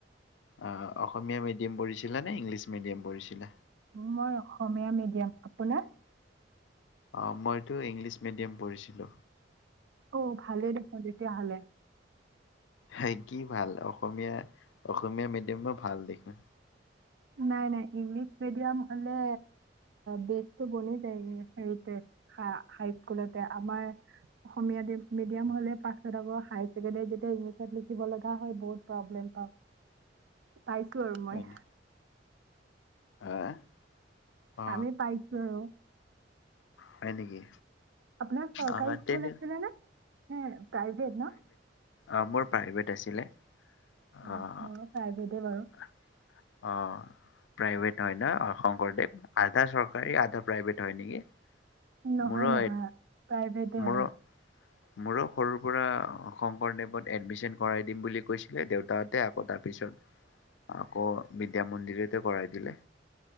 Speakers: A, on the left; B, on the right.
A: অ অসমীয়া মিডিয়াম পঢ়িছিলা নে ইংলিছ মিডিয়াম পঢ়িছিলা?
B: মই অসমীয়া মিডিয়াম। আপোনাৰ?
A: অ মইতো ইংলিছ মিডিয়াম পঢ়িছিলো?
B: অ ভালে দেখোন তেতিয়াাহ'লে
A: সেত কি ভাল অসমীয়া, অসমীয়া মিডিয়ামো ভাল দেখোন।
B: নাই নাই ইংলিছ মিডিয়াম হলে বেছি বনি যায়, হেৰিতে হাইস্কুলতে আমাৰ অসমীয়া মিডিয়াম হলে পাছত আকৌ হায়াৰ ছেকেণ্ডাৰীত যেতিয়া ইংলিছত লিখিব লগা হয় বহুত প্ৰব্লেম হয়। পাইছোঁ আৰু মই।
A: হয় নে আহ অ
B: আমি পাইছো আৰু,
A: হয় নেকি
B: আপোনাৰ চৰকাৰী
A: অ
B: স্কুল
A: তেনে
B: আছিলে নে? নে প্ৰাইভেট ন?
A: অ মোৰ প্ৰাইভেট আছিলে আহ
B: অঁ
A: আহ
B: মোৰো প্ৰাইভেটেই বাৰু
A: আহ প্ৰাইভেট হয় ন অ শংকৰদেৱ আধা চৰকাৰী আধা প্ৰাইভেট। হয় নেকি
B: নহয়
A: মোৰো
B: নহয় প্ৰাইভেটেই
A: মোৰো
B: হয়
A: মোৰো সৰুৰ পৰা শংকৰদেৱত এডমিচন কৰাই দিম বুলি কৈছিলে, দেউতাহঁতে আকৌ তাৰ পিছত আকৌ বিদ্যা মন্দিৰতে কৰাই দিলে।